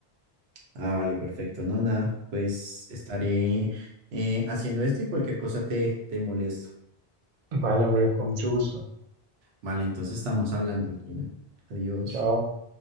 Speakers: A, on the right; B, on the right.
A: Ah, vale, perfecto. No, nada, pues estaré eh, haciendo esto y cualquier cosa te, te molesto.
B: Vale, hombre, con mucho gusto.
A: Vale, entonces estamos hablando, Gino. Adiós.
B: Chao.